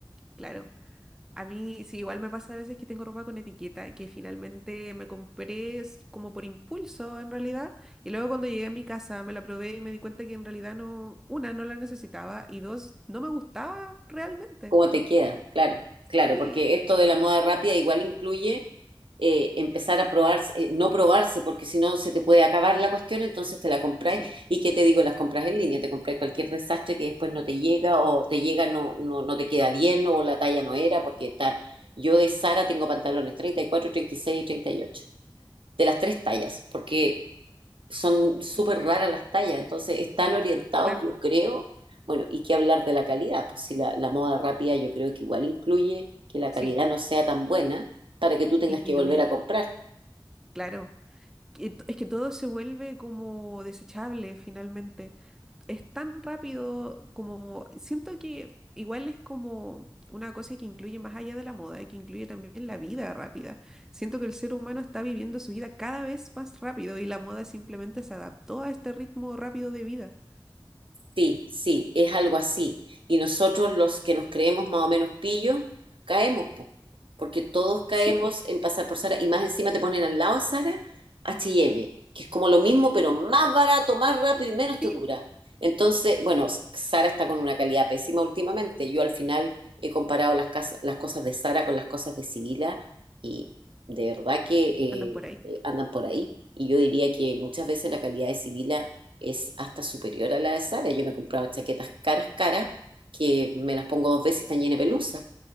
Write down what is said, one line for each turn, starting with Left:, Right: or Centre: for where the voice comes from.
Centre: claro. A mí sí, igual me pasa a veces que tengo ropa con etiqueta que finalmente me compré es como por impulso en realidad y luego cuando llegué a mi casa me la probé y me di cuenta que en realidad no, una, no la necesitaba y dos, no me gustaba realmente.
Right: ¿Cómo te queda? Claro, claro,
Centre: Sí,
Right: porque esto de la moda rápida igual incluye eh, empezar a probarse, eh, no probarse, porque si no se te puede acabar la cuestión, entonces te la compráis.
Centre: sí,
Right: ¿Y qué te digo? Las compras en línea, te compráis cualquier desastre que después no te llega o te llega, no, no, no te queda bien o la talla no era, porque está, yo de Sara tengo pantalones treinta y cuatro, treinta y seis y y treinta y ocho, de las tres tallas, porque son súper raras las tallas, entonces están orientados,
Centre: claro,
Right: yo creo, bueno, y qué hablar de la calidad, pues si la, la moda rápida yo creo que igual incluye que la
Centre: sí,
Right: calidad no sea tan buena para que tú tengas
Centre: disminuye,
Right: que volver a comprar.
Centre: claro. Que t- Es que todo se vuelve como desechable finalmente. es tan rápido como siento que igual es como una cosa que incluye más allá de la moda, que incluye también la vida rápida. Siento que el ser humano está viviendo su vida cada vez más rápido y la moda simplemente se adaptó a este ritmo rápido de vida.
Right: Sí, sí, es algo así. Y nosotros los que nos creemos más o menos pillos, caemos, po. porque todos caemos
Centre: Sí, pues,
Right: en pasar por Sara y más encima te ponen al lado de Sara H y M, que es como lo mismo, pero más barato, más rápido y menos te
Centre: sí,
Right: dura. Entonces, bueno, Sara está con una calidad pésima últimamente. Yo al final he comparado las, cas- las cosas de Sara con las cosas de Sibila y de verdad que
Centre: andan
Right: eh,
Centre: por ahí.
Right: eh, andan por ahí. Y yo diría que muchas veces la calidad de Sibila es hasta superior a la de Sara. Yo me he comprado chaquetas caras, caras, que me las pongo dos veces y están llenas de pelusa.